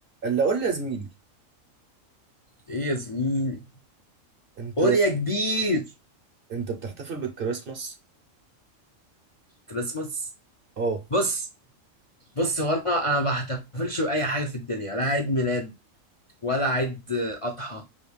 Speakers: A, on the right; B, on the left.
A: اللي اقول لي يا زميلي
B: ايه يا زميلي
A: انت
B: قول يا كبير
A: انت بتحتفل بالكريسماس
B: كريسماس
A: اه
B: بص بص هو انا انا ما بحتفلش باي حاجه في الدنيا لا عيد ميلاد ولا عيد اضحى